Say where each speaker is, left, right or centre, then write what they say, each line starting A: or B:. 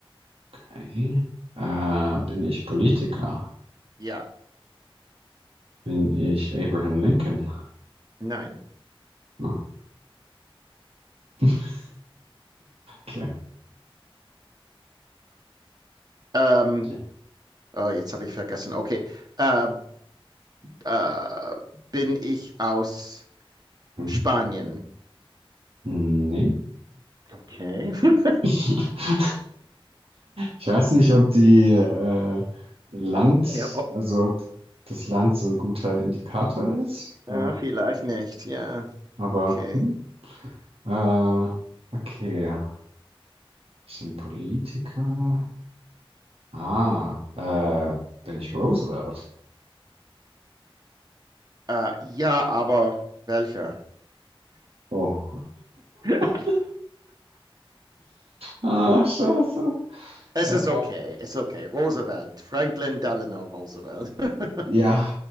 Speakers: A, on the right; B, on the right.
A: Okay. Äh, bin ich Politiker?
B: Ja,
A: Bin ich Abraham Lincoln?
B: nein.
A: Hm. <laughs> Okay.
B: Ähm,
A: Ja.
B: oh, jetzt habe ich vergessen. Okay. Äh, äh, bin ich aus
A: Mhm.
B: Spanien?
A: Nee.
B: Okay. <laughs>
A: <laughs> Ich weiß nicht, ob die äh, Land,
B: Ja, ob-
A: also ob das Land so ein guter Indikator ist,
B: ja,
A: äh,
B: vielleicht nicht. Ja,
A: aber
B: okay.
A: hm, äh, okay, ich bin Politiker. Ah, äh, bin ich Roosevelt?
B: Äh, ja, aber welcher?
A: Oh.
B: <laughs>
A: <laughs> Ah, scheiße.
B: Es
A: Äh,
B: ist okay, es ist okay. Roosevelt, Franklin Delano Roosevelt. <laughs>
A: ja,